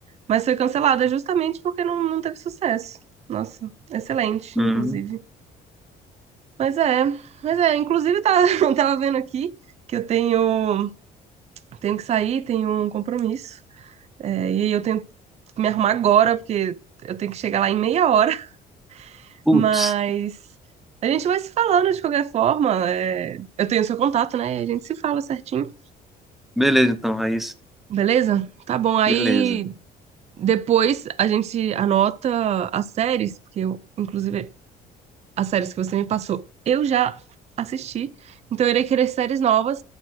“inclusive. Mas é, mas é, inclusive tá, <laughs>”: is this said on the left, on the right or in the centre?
Right